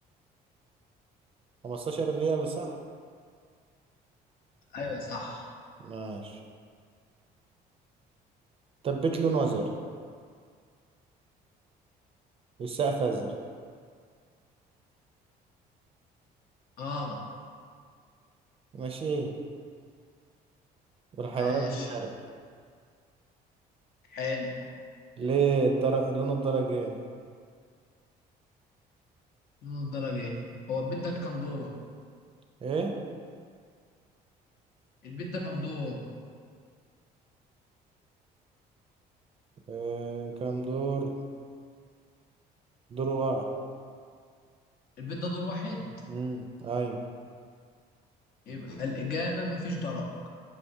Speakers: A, on the right (about 35°); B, on the left (about 65°).
A: 15 ريال صح
B: ايوه صح
A: ماشي تبت لون وزر والسقف ازرق
B: اه
A: ماشي والحيوانات
B: ماشي
A: بتزرق
B: حلو
A: ليه الدرج لونه الدرج ايه
B: من الدرجة ايه هو البيت ده كام دور
A: ايه
B: البيت ده كام دور
A: آه... كام دور دور واحد
B: البيت ده دور واحد
A: امم ايوه
B: يبقى الإجابة مفيش درج